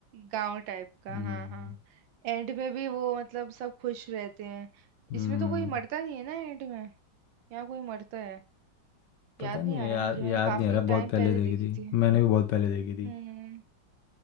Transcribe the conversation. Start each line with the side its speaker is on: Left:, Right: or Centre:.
Right: गांव टाइप का
Left: हम्म
Right: हाँ हाँ एंड में भी वो मतलब सब खुश रहते हैं
Left: हम्म
Right: इसमें तो कोई मरता नहीं है ना एंड में यहाँ कोई मरता है
Left: पता
Right: याद
Left: नहीं
Right: नहीं आ
Left: याद
Right: रहा मुझे मैंने
Left: याद
Right: काफी
Left: नहीं आ रहा
Right: टाइम
Left: बहुत पहले
Right: पहले
Left: देखी
Right: देखी
Left: थी
Right: थी
Left: मैंने भी बहुत पहले देखी थी
Right: हम्म